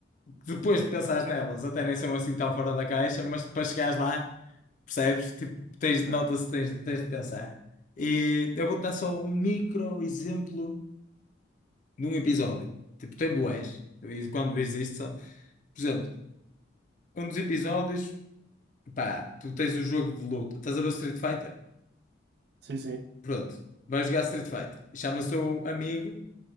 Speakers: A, on the left; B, on the right.
A: depois de pensares nelas, até nem são assim tão fora da caixa, mas para chegares lá, percebes? Tipo, tens,
B: ok.
A: nota-se, tens, tens de pensar. E eu vou-te dar só um micro exemplo num episódio. Tipo, tem bués. E quando existe, sabe? Por exemplo, um dos episódios, pá, tu tens o jogo de luta, estás a ver o Street Fighter?
B: Sim, sim.
A: Pronto, vais jogar Street Fighter. E chama o seu amigo,